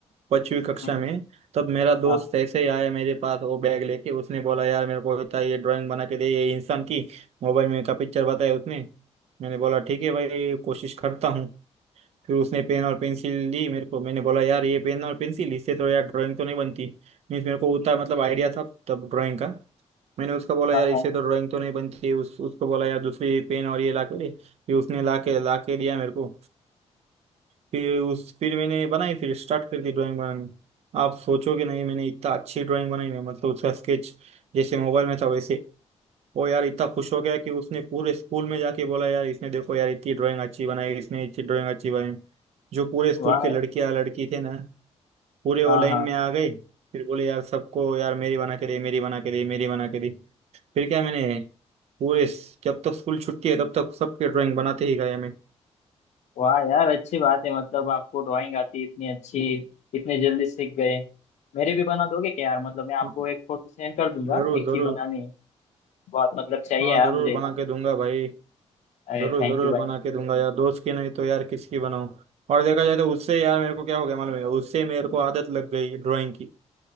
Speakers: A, on the right; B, on the left.
A: पांचवी कक्षा
B: हाँ
A: में तब मेरा दोस्त
B: हाँ।
A: ऐसे ही आया मेरे पास वो बैग लेके उसने बोला यार मेरे को बेटा ये ड्राइंग बना के दे ये इंसान की मोबाइल में का पिक्चर बताया उसने मैंने बोला ठीक है भाई कोशिश करता हूँ फिर उसने पेन और पेंसिल दी मेरे को मैंने बोला यार ये पेन और पेंसिल इससे तो यार ड्राइंग तो नहीं बनती मीन्स मेरे को उतना मतलब आइडिया था तब ड्राइंग का मैंने उसका बोला
B: हाँ
A: यार इससे
B: हाँ,
A: तो ड्राइंग तो नहीं बनती उस उसको बोला यार दूसरी पेन और ये ला के दे फिर उसने ला के ला के दिया मेरे को फिर उस फिर मैंने बनाई फिर स्टार्ट कर दी ड्राइंग बनानी आप सोचोगे नहीं मैंने इतना अच्छी ड्राइंग बनाई है मतलब उसका स्केच जैसे मोबाइल में था वैसे वो यार इतना खुश हो गया कि उसने पूरे स्कूल में जाके बोला यार इसने देखो यार इतनी ड्राइंग अच्छी बनाई इसने इतनी ड्राइंग अच्छी बनाई जो पूरे स्कूल
B: वाह
A: के लड़कियां लड़की थे ना पूरे वो
B: हाँ
A: लाइन
B: हाँ
A: में आ गए फिर बोले यार सबको यार मेरी बना के दे मेरी बना के दे मेरी बना के दे फिर क्या मैंने पूरे जब तक स्कूल छुट्टी है तब तक सबके ड्राइंग बनाते ही गया मैं
B: वाह यार अच्छी बात है मतलब आपको ड्राइंग आती है इतनी अच्छी इतने जल्दी सीख गए मेरे भी बना दोगे क्या यार मतलब मैं आपको
A: हाँ,
B: एक फोटो सेंड कर दूंगा
A: जरूर
B: एक
A: जरूर
B: ही बनानी है बहुत मतलब चाहिए
A: हाँ
B: यार
A: जरूर
B: मुझे
A: बना के दूंगा भाई
B: अरे
A: जरूर
B: थैंक
A: जरूर
B: यू भाई
A: बना के दूंगा यार दोस्त की नहीं तो यार किसकी बनाऊं और देखा जाए तो उससे यार मेरे को क्या हो गया मालूम है उससे मेरे को आदत लग गई ड्राइंग की